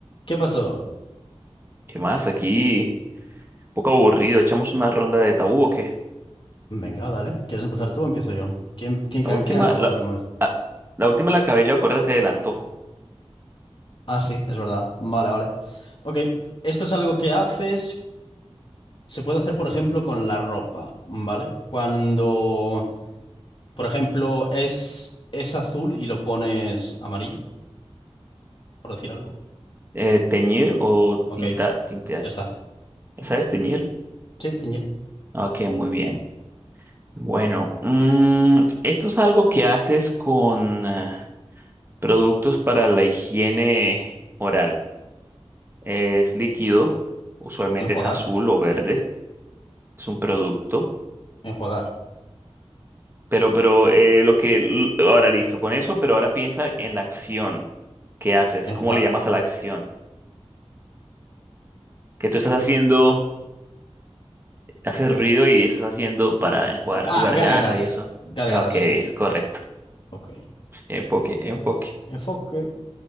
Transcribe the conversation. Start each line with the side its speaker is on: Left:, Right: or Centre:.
Left: ¿Qué pasó?
Right: ¿Qué más? Aquí, un poco aburrido. Echamos una ronda de tabú o qué.
Left: Venga, dale. ¿Quieres empezar tú o empiezo yo? ¿Quién, quién,
Right: La
Left: ca-
Right: última,
Left: quién acabó
Right: la,
Left: la última vez?
Right: ah, la última la acabé yo, acuérdate del antojo.
Left: Ah, sí, es verdad. Vale, vale. Ok, esto es algo que haces, se puede hacer, por ejemplo, con la ropa, ¿vale? Cuando, por ejemplo, es, es azul y lo pones amarillo, por decir algo.
Right: Eh, teñir o
Left: Ok,
Right: tintar, tintear.
Left: ya está.
Right: ¿Sabes teñir?
Left: Sí, teñir.
Right: Ok, muy bien. Bueno, mm, esto es algo que haces con ah, productos para la higiene oral. Es líquido, usualmente
Left: Enjuagar,
Right: es azul o verde. Es un producto.
Left: enjuagar,
Right: Pero, pero eh, lo que l- ahora listo con eso, pero ahora piensa en la acción que haces,
Left: enjuagar.
Right: ¿cómo le llamas a la acción? Que tú estás haciendo, haces ruido y estás haciendo para enjuagar
Left: ah,
Right: tu garganta
Left: gárgaras,
Right: y eso.
Left: gárgaras.
Right: Eh, Ok, es correcto.
Left: Ok.
Right: Enfoque, enfoque.
Left: Enfoque.